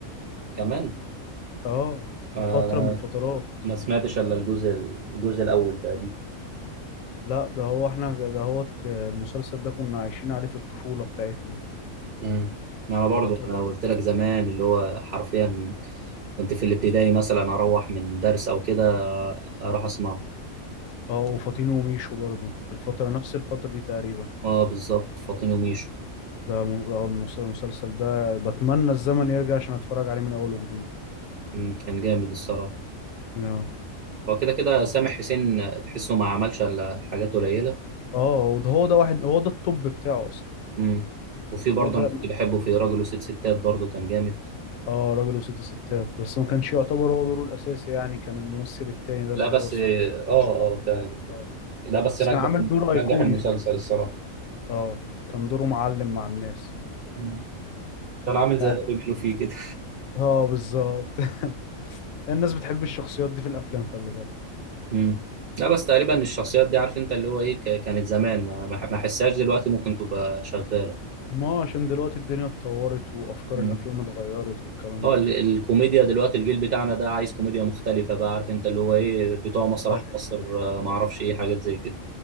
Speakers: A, on the right; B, on the left.
A: كمان
B: اه في
A: آه
B: فتره من الفترات
A: ما سمعتش الا الجزء الجزء الاول تقريبا
B: لا ده هو احنا ده هو المسلسل ده كنا عايشين عليه في الطفوله بتاعتنا
A: امم ما انا برضو
B: يعتبر
A: انا قلت لك زمان اللي هو حرفيا كنت في الابتدائي مثلا اروح من درس او كده اروح اسمعه
B: اه وفاطين وميشو برضو في الفتره نفس الفتره دي تقريبا
A: اه بالظبط فاطين وميشو
B: ده م- آه، المس- المسلسل ده بتمنى الزمن يرجع عشان اتفرج عليه من اول وجديد
A: مم، كان جامد الصراحة
B: no.
A: هو كده كده سامح حسين تحسه ما عملش الا حاجات قليلة
B: اه وده هو ده واحد هو ده التوب بتاعه اصلا
A: امم وفي برضه
B: هو ده
A: انا كنت بحبه في راجل وست ستات برضه كان جامد
B: اه راجل وست ستات بس ما كانش يعتبر هو دوره الاساسي يعني كان الممثل التاني ده اللي
A: لا بس
B: هو اسمه
A: اه اه
B: اشرف عبد الباقي
A: كان
B: اه
A: لا بس
B: بس
A: نجح
B: كان عامل دور ايقوني
A: نجح المسلسل
B: فيه
A: الصراحه
B: اه كان دوره معلم مع الناس
A: مم. كان عامل زي
B: يعني
A: غبي منه فيه كده
B: اه بالظبط <laughs> الناس بتحب الشخصيات دي في الافلام خلي بالك
A: امم لا بس تقريبا الشخصيات دي عارف انت اللي هو ايه ك- كانت زمان ما ما ما احسهاش دلوقتي ممكن تبقى شغاله
B: ما عشان دلوقتي الدنيا اتطورت وافكار
A: امم
B: الافلام اتغيرت والكلام
A: اه ال- الكوميديا دلوقتي الجيل بتاعنا ده عايز كوميديا مختلفه بقى عارف انت اللي هو ايه بتوع مسرح
B: ده
A: مصر آه، ما اعرفش ايه حاجات زي كده